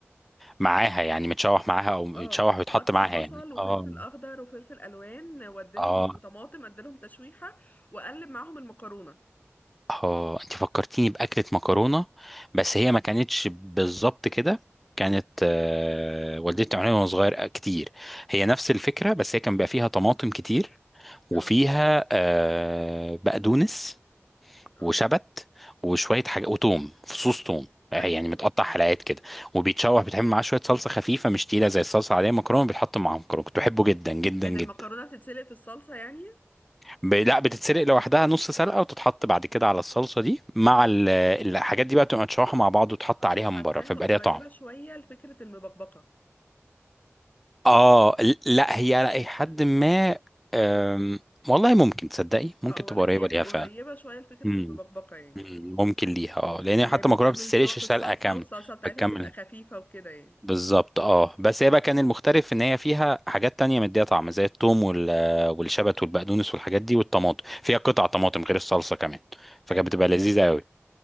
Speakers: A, in the centre; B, on the left.
A: معاها يعني متشوح معاها او متشوح
B: اه
A: ويتحط
B: بقطع
A: معاها
B: بصل
A: يعني
B: وفلفل
A: اه
B: اخضر وفلفل الوان واديلهم
A: اه
B: وطماطم اديلهم تشويحه واقلب معاهم المكرونه
A: اه انت فكرتيني باكله مكرونه بس هي ما كانتش بالظبط كده كانت
B: م.
A: آه، والدتي بتعملها وانا صغير آه، كتير هي نفس الفكره بس هي كان بيبقى فيها طماطم كتير وفيها
B: اه
A: آه، بقدونس
B: اه
A: وشبت وشويه حاجه وتوم فصوص توم آه،
B: ايوه
A: يعني متقطع حلقات كده وبيتشوح بتعمل معاه شويه صلصه خفيفه مش تقيله زي الصلصه العاديه مكرونه بيتحط معاهم مكرونه كنت بحبه جدا جدا
B: كانت
A: جدا
B: المكرونه بتتسلق في الصلصه يعني
A: ب- لا بتتسلق لوحدها نص سلقه وتتحط بعد كده على الصلصه دي مع ال- الحاجات دي بقى تبقى متشوحه مع بعض وتحط
B: اصل
A: عليها
B: حاساها
A: من بره فيبقى
B: قريبة
A: ليها طعم
B: شوية لفكرة المبكبكة
A: اه ل- لا هي على اي حد ما أم، والله ممكن تصدقي ممكن
B: اقولك
A: تبقى قريبه
B: هي
A: ليها
B: قريبة
A: فعلا
B: شوية لفكرة
A: مم.
B: المبكبكة يعني
A: مم. ممكن ليها اه لان
B: اللي
A: هي حتى
B: هي بتكمل
A: المكرونه ما بتتسلقش
B: سوا في
A: سلقه
B: الصلصة
A: كامله
B: والصلصة بتاعتها
A: بتكمل
B: بتبقى خفيفة وكده يعني
A: بالظبط اه بس هي بقى كان المختلف ان هي فيها حاجات تانية مديها طعم زي الثوم وال- والشبت والبقدونس والحاجات دي والطماطم فيها قطع طماطم غير الصلصه كمان فكانت
B: ايوه
A: بتبقى
B: اه
A: لذيذه